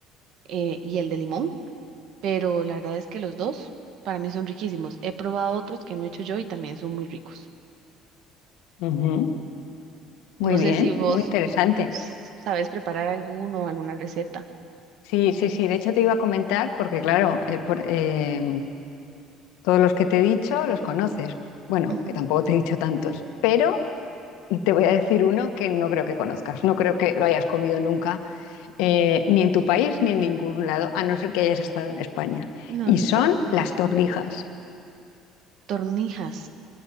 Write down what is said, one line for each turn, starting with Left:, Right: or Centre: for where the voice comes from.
Right: eh, y el de limón, pero la verdad es que los dos para mí son riquísimos. He probado otros que no he hecho yo y también son muy ricos.
Left: Ujú. Muy
Right: No sé
Left: bien,
Right: si vos
Left: muy interesante.
Right: s- sabes preparar alguno, alguna receta.
Left: Sí, sí, sí. De hecho, te iba a comentar, porque claro, eh, por- eh, todos los que te he dicho los conoces. Bueno,
Right: Ujú.
Left: que tampoco te he dicho tantos, pero te voy a decir uno que no creo que conozcas, no creo que lo hayas comido nunca, eh, ni en tu país ni en ningún lado, a no ser que hayas estado en España.
Right: No,
Left: Y
Right: no
Left: son
Right: está. ujú.
Left: las torrijas.
Right: Tornijas,